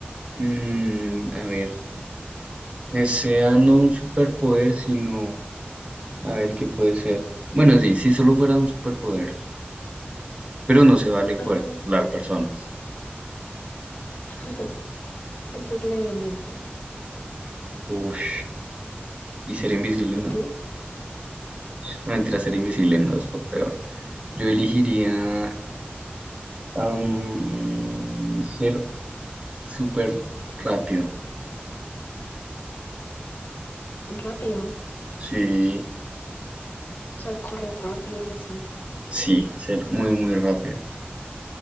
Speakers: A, on the right; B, on the left.
A: mm, a ver, que sea no un superpoder, sino a ver qué puede ser. Bueno, sí, si solo fuera un superpoder, pero no se vale poder
B: Ah,
A: controlar personas.
B: <laughs> entonces leer mentes.
A: Uf, y ser invisible,
B: ¿Y
A: ¿no?
B: tú?
A: No, mentira, ser invisible no es lo peor. Yo elegiría am, ser súper rápido.
B: Rápido, o
A: Sí,
B: sea, correr rápido y así.
A: sí, ser muy, muy rápido.